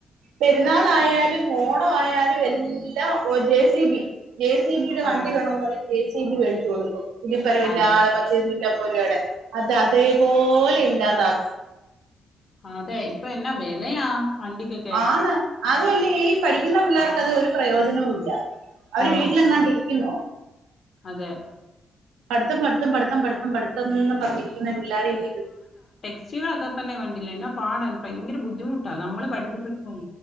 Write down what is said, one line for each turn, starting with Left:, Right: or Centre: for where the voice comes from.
Right: പെരുന്നാളായാലും ഓണയാലും എല്ലാം J C B J C ബിയുടെ വണ്ടി
Left: ആ
Right: വേണംന്ന് പറ ജെ സി ബി വേടിച്ചു കൊടുക്കും പുലിപ്പരവില്ലാതെ
Left: അതെ
Right: <unintelligible> <unintelligible> അത് അതേപോലെ ഇല്ലാതാക്കും
Left: അതെ ഇപ്പൊ എന്ന വെലയാ വണ്ടിക്ക്
Right: ആഹ് ന്ന് അതുമല്ലേ ഈ പഠിക്കുന്ന പിള്ളേർക്ക് അത് ഒരു പ്രയോജനവും ഇല്ല അവര്
Left: ആ
Right: വീട്ടിലെങ്ങാണ്ട് ഇരിക്കുന്നു
Left: അതെ
Right: പഠിത്തം പഠിത്തം പഠിത്തം പഠിത്തം പഠിത്തംന്ന് പറഞ്ഞിരിക്കുന്ന പിള്ളോര് <unintelligible>
Left: സ്ത്രീകളൊക്കെ തന്നെ കണ്ടില്ല എന്നാ പാടാൻ ഭയങ്കര ബുദ്ധിമുട്ടാ നമ്മള് പഠിച്ചപ്പോഴ പോ